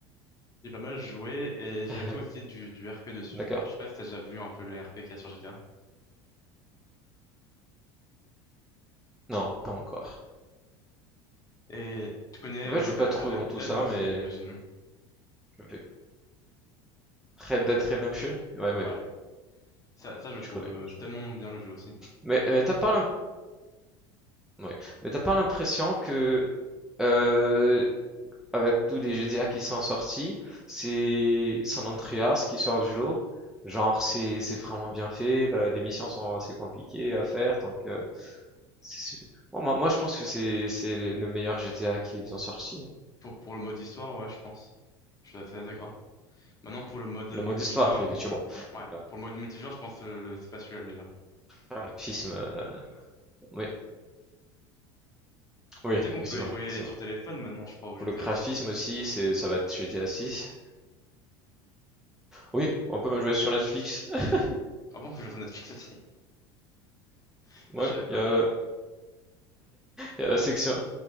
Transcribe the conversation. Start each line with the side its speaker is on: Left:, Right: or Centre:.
Left: J'ai pas mal joué et j'avais
Centre: <laughs>
Left: fait aussi du, du RP dessus.
Centre: D'accord.
Left: Je sais pas si t'as déjà vu un peu le RP qu'il y a sur GTA.
Centre: Non, pas encore.
Left: Et tu connais
Centre: En
Left: euh,
Centre: fait, je suis
Left: Red
Centre: pas trop
Left: Red
Centre: dans tout
Left: Dead
Centre: ça,
Left: aussi
Centre: mais
Left: j'imagine.
Centre: je fais Red Dead Redemption? Ouais, ouais,
Left: Ouais.
Centre: ouais,
Left: Ça, ça, je trouve
Centre: je connais,
Left: euh,
Centre: je
Left: tellement
Centre: connais.
Left: bien le jeu aussi.
Centre: Mais, mais t'as pas l'im- ouais. Mais t'as pas l'impression que euh, avec tous les GTA qui sont sortis, c'est San Andreas qui sort du lot. Genre, c'est c'est vraiment bien fait, la- les missions sont assez compliquées à faire, donc euh, C'est sup moi moi moi je pense que c'est c'est le le meilleur GTA qu'ils ont sorti, hein.
Left: Pour, pour le mode histoire, ouais, je pense. Je suis assez d'accord. Maintenant, pour le mode euh,
Centre: Le
Left: multijoueur,
Centre: mode histoire, oui, effectivement.
Left: ouais,
Centre: Heu,
Left: pour le mode multijoueur, je pense que le- c'est pas celui-là le meilleur.
Centre: graphisme, heu, oui, oui,
Left: Mais tu sais qu'on
Centre: effectivement,
Left: peut y jouer
Centre: effectivement.
Left: sur téléphone maintenant, je crois, au
Centre: Pour
Left: GTA.
Centre: le graphisme aussi, c'est ça va être GTA 6. Oui, on peut même jouer sur Netflix. <laughs>
Left: Ah bon, faut jouer sur Netflix aussi. <laughs> Ça,
Centre: Ouais,
Left: je savais pas.
Centre: il y a il y a la section